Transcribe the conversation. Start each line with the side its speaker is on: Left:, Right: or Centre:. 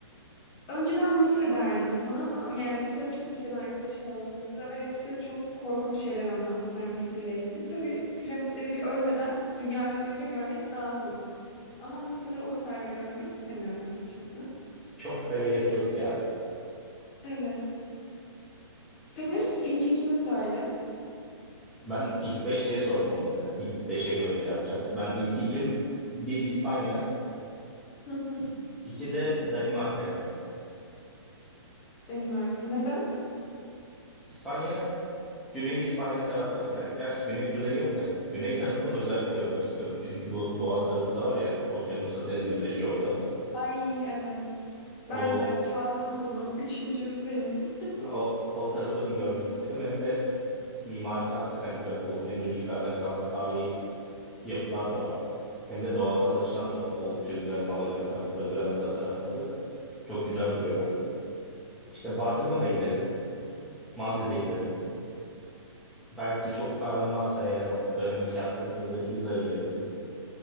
Left: Önceden Mısır derdim sana ama yani bu sene çok giden arkadaşım oldu Mısır'a ve hepsi çok korkunç şeyler anlattılar Mısır'la ilgili. Tabii piramitleri bir ölmeden dünya gözüyle görmek lazım. Ama Mısır'ı o kadar da görmek istemiyorum açıkçası.
Centre: Çok da gerek yok ya.
Left: Evet. Senin
Centre: İs-
Left: ilk ikini söyle.
Centre: Ben ilk 5 diye sordum ama sana. İlk beşe göre şey yapacağız. Ben ilk ikim. Bir İspanya.
Left: Hı hı.
Centre: i- iki de Danimarka ya.
Left: Danimarka. Neden?
Centre: İspanya Güney İspanya tarafları, ger- gerçi güney kuzey yok da güney tarafını özellikle görmek istiyorum. Çünkü bu Boğaz tarafı da var ya, okyanusla deniz
Left: Hı hı.
Centre: birleşiyor orada.
Left: Ay evet. Ben
Centre: O
Left: de çaldım bunu. Üçüncüm benim. <laughs>
Centre: o, o tarafı bir görmek isterim. Hem de mimarisi hakikaten güzel. Bu Endülüslerden kalma tarihi yapılar da var. Hem de doğasal açıdan da oldukça güzel. Malaga tarafları, Granada tarafları çok güzel duruyor. İşte Barcelona'ya giderim, Madrid'e giderim. Belki çok param varsa eğer o dönemin şartlarına göre Ibiza'ya gidebilirim.